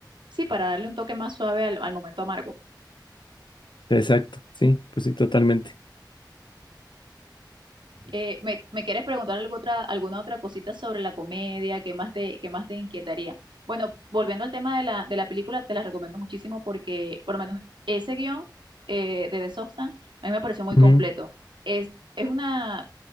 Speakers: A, on the right; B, on the left.
A: sí, para darle un toque más suave al, al momento amargo.
B: Exacto, sí, pues sí, totalmente.
A: Eh, ¿me, me quieres preguntar algo otra, alguna otra cosita sobre la comedia? ¿Qué más te, qué más te inquietaría? Bueno, volviendo al tema de la, de la película, te la recomiendo muchísimo porque, por lo menos, ese guión eh, de The Substance a mí me pareció muy completo.
B: Ujú,
A: Es, es una,